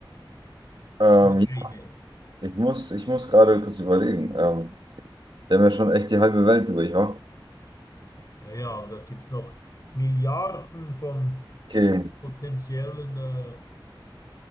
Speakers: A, on the right; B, on the left.
A: Ähm,
B: Oder eine.
A: ich muss, ich muss gerade kurz überlegen. Ähm, wir haben ja schon echt die halbe Welt durch, wa?
B: Ja, ja, aber da gibt es noch Milliarden von
A: Okay,
B: potenziellen äh,